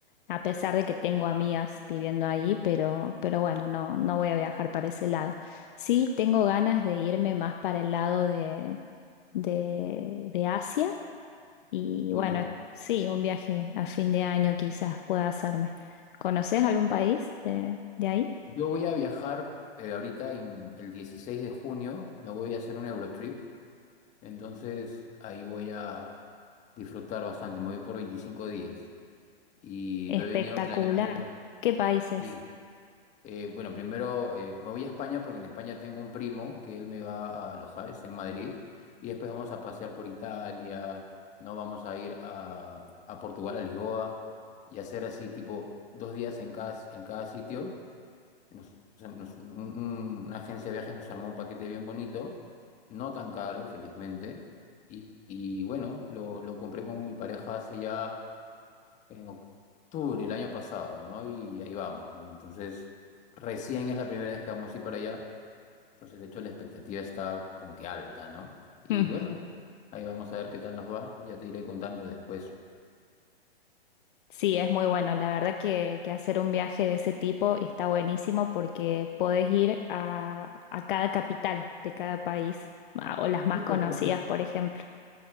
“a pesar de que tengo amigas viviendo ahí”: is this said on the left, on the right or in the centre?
Left